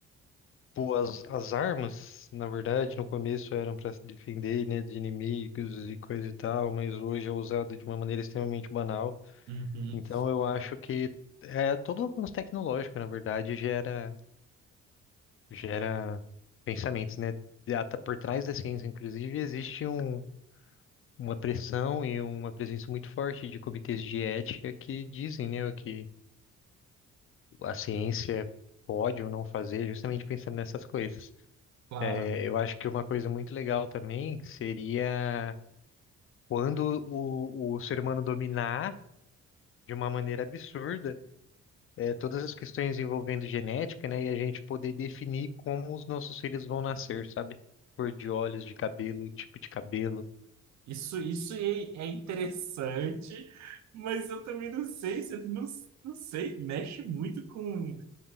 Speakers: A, on the left (about 45°); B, on the right (about 65°).
A: Pô, as, as armas, na verdade, no começo eram para se defender, né, de inimigos e coisa e tal, mas hoje é usado de uma maneira extremamente banal.
B: uhum,
A: Então eu acho que é, todo avanço tecnológico, na verdade, gera, gera pensamentos, né? E ata- Por trás da ciência, inclusive, existe um, uma pressão e uma presença muito forte de comitês de ética que dizem, né, o que a ciência pode ou não fazer, justamente pensando nessas coisas.
B: claro.
A: É, eu acho que uma coisa muito legal também seria quando o, o ser humano dominar de uma maneira absurda é, todas as questões envolvendo genética, né? E a gente poder definir como os nossos filhos vão nascer, sabe? Cor de olhos, de cabelo, tipo de cabelo.
B: Isso, isso é, é interessante, mas eu também não sei, se- não, não sei, mexe muito com,